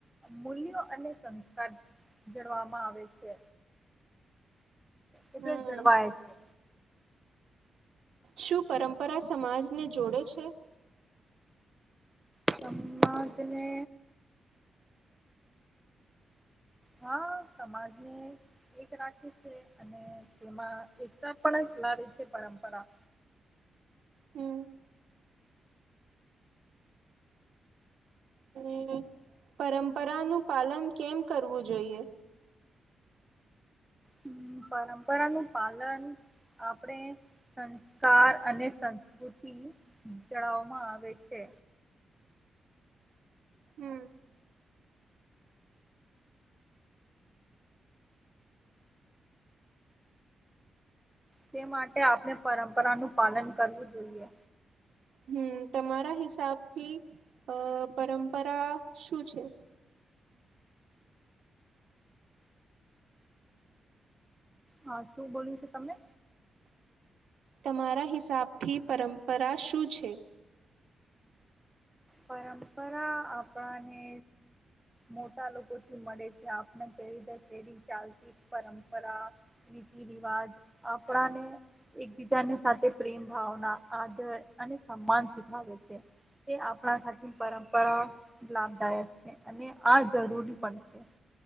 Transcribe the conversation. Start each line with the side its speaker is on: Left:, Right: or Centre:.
Centre: મૂલ્ય. અને સંસ્કાર જડવામાં આવે છે. એલે
Right: હમ
Centre: જળવાય છે.
Right: શું પરંપરા સમાજને જોડે છે?
Centre: સમાજને. હા સમાજને એક રાખે છે અને તેમાં એકતા પણ જ લાવે છે પરંપરા.
Right: હમ. અને પરંપરા નું પાલન કેમ કરવું જોઈએ?
Centre: હમ પરંપરાનું પાલન આપણેે સંસ્કાર અને સંસ્કૃતિ ચડાવવામાં આવે છે.
Right: હમ.
Centre: તે માટે આપણે પરંપરાનું પાલન કરવું જોઈએ.
Right: હમ્મ. તમારા હિસાબથી અહ પરંપરા શું છે?
Centre: હા. શું બોલ્યું તું તમે?
Right: તમારા હિસાબથી પરંપરા શું છે?
Centre: પરંપરા આપણાને મોટા લોકોથી મળે છે. આપને <unintelligible> ચાલતી પરંપરા, રીતી રિવાજ આપણાને એકબીજાને સાથે પ્રેમ ભાવના, આદર, અને સન્માન શીખાવે છે. તે આપ પણા સાથે પરંપરા લાભદાયક છે, અને આ જરૂરી પણ છે.